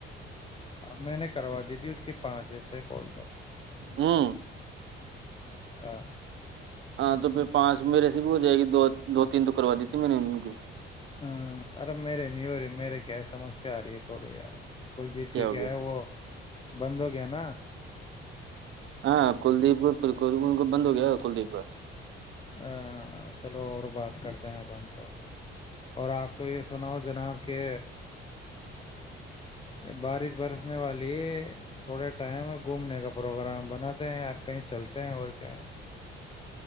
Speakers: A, on the left; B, on the right.
A: میں نے کروا دی تھی اس کی پانچ سے کال تو
B: ہوں
A: ہاں
B: ہاں تو پانچ میرے سے بھی ہو جائے گی دو دو تین تو کروا دی تھی میں نے ان کی
A: ہاں ارم میرے نور میرے کیا سسیا آ رہ تووڑیا کلدیپ کے
B: ہو
A: کیا
B: گیا
A: ہیں وہ بندوگان
B: ہاں کلدیپ بک ان کو بند ہو گیا کلدیپ کا
A: ہ چلو اور بات کرتے ہیں اپن تو اور آپ تو یہ سناؤ جناب کہ بارش برسنے والی تھوڑے ٹائم گھومنے کا پروگرام بناتے ہیں یار کہیں چلتے ہیں اور کیا ہے